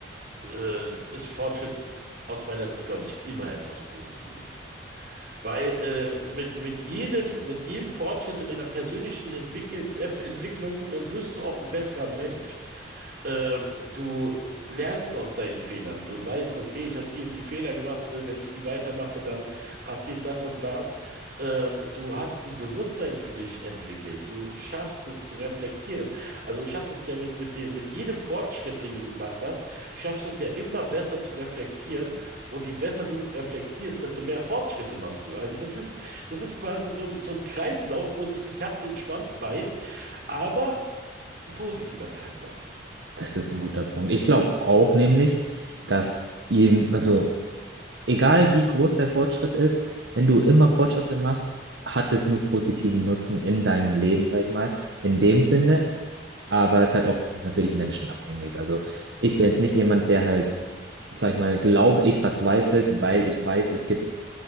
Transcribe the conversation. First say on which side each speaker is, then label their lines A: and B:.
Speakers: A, on the right; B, on the right.
A: äh, ist Fortschritt aus meiner Sicht, glaube ich, immer etwas Positives. Weil äh, mit, mit jedem, mit jedem Fortschritt in deiner persönlichen Entwickel, äh, Entwicklung äh, wirst du auch ein besserer Mensch. Ähm, du lernst aus deinen Fehlern. Du weißt, okay, ich habe die und die Fehler gemacht. äh, Wenn ich die weitermache, dann passiert das und das. Ähm, du hast ein Bewusstsein für dich entwickelt. Du schaffst es zu reflektieren. Also du schaffst es ja mit, mit dem, mit jedem Fortschritt, den du gemacht hast, schaffst du es ja immer besser zu reflektieren und je besser du reflektierst, desto mehr Fortschritte machst du. Also das ist, das ist quasi so ein, so ein Kreislauf, wo sich die Katze in den Schwanz beißt, aber ein positiver Kreislauf.
B: Das ist ein guter Punkt. Ich glaube auch nämlich, dass ihm, also egal wie groß der Fortschritt ist, wenn du immer Fortschritte machst, hat es nur positiven Nutzen in deinem Leben, sag ich mal, in dem Sinne, aber es ist halt auch natürlich menschenabhängig. Also ich bin jetzt nicht jemand, der halt sag ich mal, glaube ich, verzweifelt, weil ich weiß, es gibt